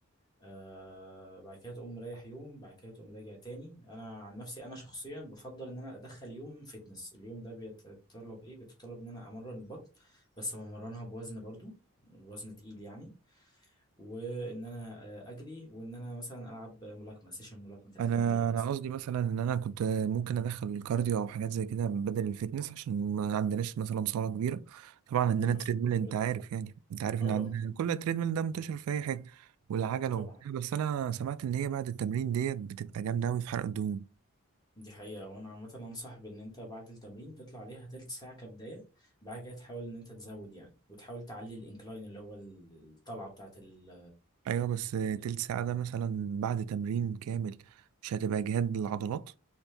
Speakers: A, on the left; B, on the right.
A: آه بعد كده تقوم رايح يوم بعد كده تقوم راجع تاني انا عن نفسي انا شخصيا بفضل ان انا ادخل يوم فتنس اليوم ده بيتطلب ايه بيتطلب ان انا امرن البطن بس بمرنها بوزن برضو وزن تقيل يعني وان انا آه، اجري وان انا مثلا العب ملاكمة سيشن ملاكمة 30
B: انا
A: دقيقة مثلا
B: انا قصدي مثلا ان انا كنت ممكن ادخل الكارديو او حاجات زي كده بدل الفيتنس عشان ما عندناش مثلا صاله كبيره طبعا عندنا
A: ما
B: تريدميل
A: فيش مشكلة
B: انت
A: طبعا
B: عارف يعني انت عارف ان
A: اه
B: عندنا
A: اه
B: كل تريدميل ده منتشر في اي حاجه والعجله
A: طبعا
B: وبتاع بس انا سمعت ان هي بعد التمرين ديت بتبقى جامده قوي في حرق الدهون
A: دي حقيقة وأنا عامة أنصح بإن أنت بعد التمرين تطلع عليها تلت ساعة كبداية بعد كده تحاول إن أنت تزود يعني وتحاول تعلي الإنكلاين اللي هو ال- الطلعة بتاعت ال
B: ايوه بس تلت
A: ال-
B: ساعه ده مثلا بعد تمرين كامل مش هتبقى جهاد للعضلات